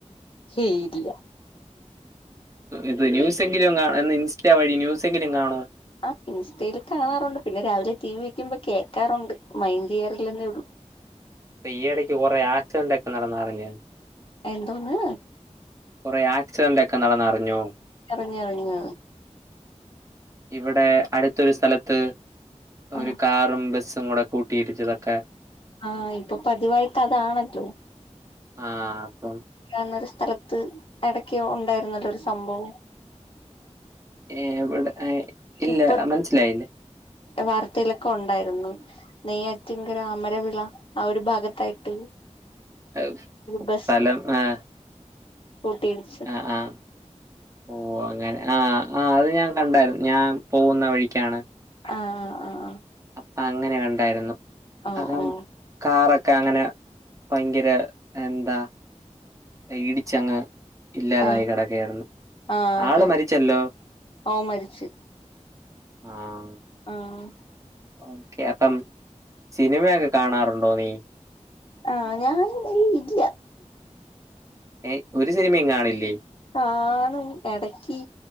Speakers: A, on the left; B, on the right.
A: ഹെ ഇല്ല
B: ഇത് ന്യൂസെങ്കിലും കാണന്ന് ഇൻസ്റ്റ വഴി യൂസെങ്കിലും കാണോ
A: ആ ഇൻസ്റ്റയിൽ കാണാറുണ്ട് പിന്നെ രാവിലെ ടി വി വെക്കുമ്പോ കേൾക്കാറുണ്ട് മൈൻ ചെയയറൽെന്നേ ഉള്ളൂ
B: ഇപ്പൊ ഈടക്ക് കുറെ ആക്സിഡന്റ് ഒക്കെ നടന്നാറഞ്ഞു
A: എന്തോന്ന
B: കുറെേ ആക്സിഡന്റ് ഒക്കെ നടന്നറിഞ്ഞു
A: അറിഞ്ഞ് അറിഞ്ഞ്
B: ഇവിടെ അടുത്തൊരു സ്ഥലത്ത് ഒരു
A: ആഹ്
B: കാറും ബസ്സും ും കൂടെ കൂട്ടിയിരിച്ചതൊക്കെ
A: ആഹ് ഇപ്പൊ പതിവായിട്ട് അതാണല്ലോ
B: ആഹ് അപ്പം
A: ന്ന ഒരു സ്ഥലത്ത് ഇടയ്ക്കോ ഉണ്ടായിരുന്നുള്ളരു സംഭവം
B: ഏ ഇവിടെ ഇല്ല
A: ഇപ്പൊ
B: മനസ്സിലായില്ലേ
A: വാർത്തയിലൊക്കെ ഉണ്ടായിരുന്നു നെയ്യ ഏറ്റങ്കര അമരവിള ആ ഒരു ഭാഗത്തായിട്ട്
B: ഏഹ്,
A: ബസ്
B: സ്ഥലം ആഹ്
A: കൂട്ടിയിച്ച്
B: ആഹ് ആഹ് ഓ അങ്ങനെ ആഹ് ആഹ് അത് ഞാൻ കണ്ടായിരുന്നു ഞാൻ പോകുന്ന വഴിക്കാണ്
A: ആഹ് ആഹ് ആഹ്
B: അപ്പം അങ്ങനെ കണ്ടായിരുന്നു <unintelligible>
A: ഓഹ് ഓഹ്
B: കാറൊക്കെ അങ്ങനെ ഭയങ്കര എന്താ ഇടിച്ചങ്ങ് ഇല്ലാതായി
A: ആഹ്
B: കിടക്കയാരുന്നു
A: ആഹ് അതെ
B: ആള് മരിച്ചല്ലോ
A: ഓൻ മരിച്ച്
B: ആഹ്
A: ആഹ്
B: ഓക്കെ അപ്പം സിനിമയൊക്കെ കാണാറുണ്ടോ നീ
A: ആഹ് ഞാൻ ഇല്ല
B: ഏഹ് ഒരു സിനിമയും കാണില്ലേ
A: കാണും ഇടക്ക്